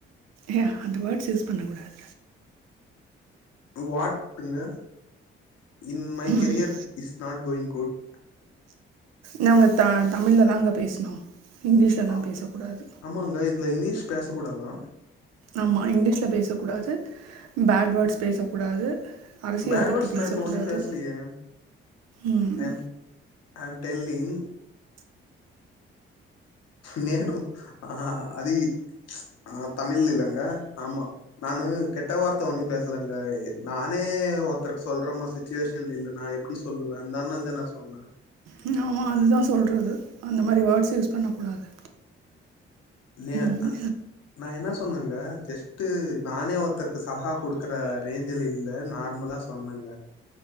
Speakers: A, on the right; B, on the left.
A: யா அந்த வேர்ட்ஸ் யூஸ் பண்ணகூடாது
B: வாட்டுங்க இன் மை
A: ம்
B: career is not going good
A: நா உங்கத்தா தமிழ்ல தாங்க பேச்ணு இங்கிலீஷ்லலாம்
B: ஆம்.
A: பேசக்கூடாது
B: ஆமாங்க இதுல இங்கிலீஷ் பேசக்கூடாதா
A: ஆமா இங்லீஷ்ல பேசக்கூடாது பேட் வேர்ட்ஸ் பேசக்கூடாது அரசியல்
B: பேட்
A: பத்தி
B: வேர்ட்ஸ்
A: பேசக்கூடாது.
B: நா இப்ப ஒன்னியும் பேச்லியே
A: ம்.
B: ஐம் ஐம் டெல்லிங் நேனு ஆ அதி ஆ தமிழ் இல்லங்க ஆமா நானு கெட்ட வார்த்த ஒன்னியும் பேசலங்க நானே ஒருத்தருக்கு சொல்றமா சுச் ச்சுவேஷன்ல இல்ல நா எப்டி சொல்லுவேந்தாணுங்க நா சொன்னே
A: ம் ஆமா அதுதா சொல்றது அந்த மாரி வேர்ட்ஸ் யூஸ் பண்ணக்கூடாது
B: நே
A: ம்.
B: நா என்ன சொன்னங்க ஜஸ்ட்டு நானே ஒருத்தருக்கு சலா குடுக்கற ரேஞ்ச்சில இல்ல நார்மலாச் சொன்னங்க